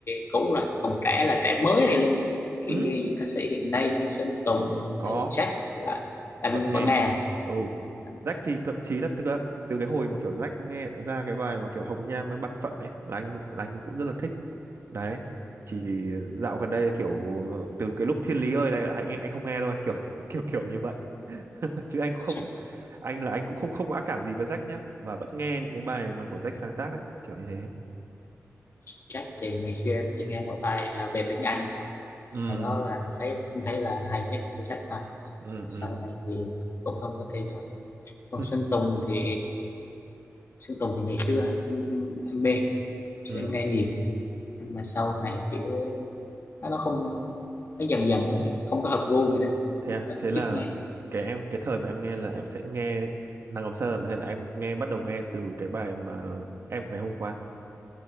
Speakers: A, on the left; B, on the right.
A: cũ rồi còn trẻ là trẻ mới này luôn kiểu
B: ừ
A: như những ca sĩ hiện nay như Sơn Tùng
B: có
A: hay là Jack là anh
B: vẫn nghe
A: vẫn nghe à?
B: ừ
A: Anh
B: Jack thì thậm chí là từ từ cái hồi mà kiểu Jack nghe ra cái bài mà kiểu Hồng Nhan với Bạc Phận ấy là anh là anh cũng rất là thích đấy chỉ dạo gần đây là kiểu từ cái lúc Thiên Lý ơi là anh anh không nghe thôi kiểu <laughs> kiểu kiểu như vậy chứ anh cũng không
A: Jack
B: anh là anh cũng không không có ác cảm gì với Jack nhá mà vẫn nghe những cái bài mà của Jack sáng tác ấy kiểu như thế
A: Jack thì ngày xưa em chỉ nghe một bài à, về bên Anh thôi
B: ừ
A: bài đó là anh thấy anh thấy là hay nhất của Jack thôi
B: ừ ừ
A: sau này thì cũng không có theo dõi còn
B: <laughs>
A: Sơn Tùng thì Sơn Tùng thì ngày xưa em, em mê sẽ
B: ừ
A: nghe nhiều nhưng mà sau này kiểu nó nó không nó dần dần nó không có hợp gu mình đấy
B: Thế à?
A: Nên là
B: Thế
A: cũng
B: là
A: ít nghe
B: cái em cái thời mà em nghe là em sẽ nghe Nắng Ấm Sa Dần hay là em nghe bắt đầu nghe từ cái bài mà em của ngày hôm qua.